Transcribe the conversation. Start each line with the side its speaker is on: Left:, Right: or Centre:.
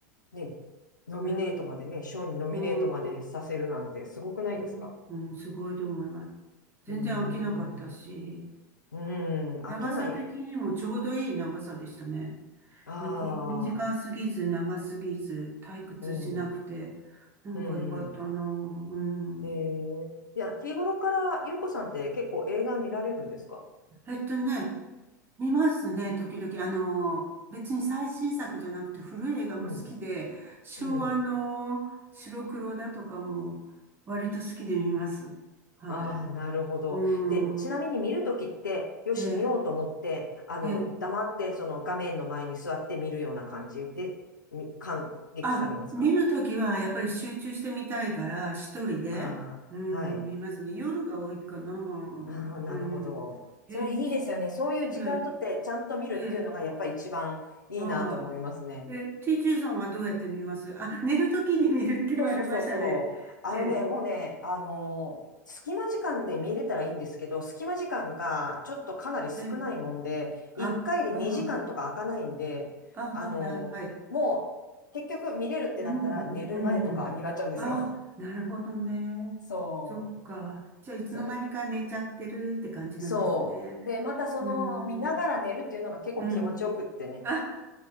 Left: ね、ノミネートまでね、
Right: うん。
Left: 賞にノミネートまでさせるなんてすごくないですか
Right: うん。うん、うんすごいと思います。全然飽きなかったし、
Left: うーん。うーん。飽きない。
Right: 長さ的にもちょうどいい長さでしたね。
Left: ああ、
Right: み、短すぎず、長すぎず、退屈しなくて、
Left: うん。
Right: なんかよかったな。
Left: うんうん。
Right: うん。
Left: えー、いや、日頃から、ゆうこさんって結構映画見られるんですか
Right: えっとね、見ますね、時々。あの、別に最新作じゃなくて古い映画も好きで、
Left: うん。
Right: 昭和の白黒だとかも割と好きで見ます。
Left: うん。
Right: は
Left: ああ、なるほど。
Right: い。うん。
Left: で、ちなみに見るときって、よし、
Right: ええ、
Left: 見ようと思って、あの、
Right: ええ。
Left: 黙って、その画面の前に座って見るような感じで、み感激されますか
Right: あ、見るときはやっぱり集中してみたいから、一人で、
Left: ああ、
Right: うん、
Left: はい。
Right: 見ますね。夜が多いかな。うん。
Left: ああ、なるほど。
Right: え、
Left: それいいですよね。
Right: え
Left: そういう時間とって、
Right: え、
Left: ちゃんと見るっていうのが、
Right: ええ。
Left: やっぱり一番いいなと思いますね。
Right: はい。え、TJ さんはどうやって見ますあ、寝るときに見るって言われましたね。
Left: そうそうそうそう。あのね、
Right: ええ、
Left: もうね、あのー隙間時間で見れたらいいんですけど、隙間時間がちょっとかなり少ないもんで、
Right: ええ、あ、
Left: 1回で2時間とか開かないんで、
Right: ああ、あ、
Left: あのーもう結局見れるってなったら寝る前とかになっちゃうんですよ。
Right: はい、はい。はいうんうん、うん、うん。あ、なるほどね。
Left: <laughs> そう。
Right: そっか。じゃあ、いつの間にか寝ちゃってるって感じなんですね。
Left: そそう。で、またその見ながら寝るっていうのが結構気持ちよくってね。
Right: うーん、うん。あ、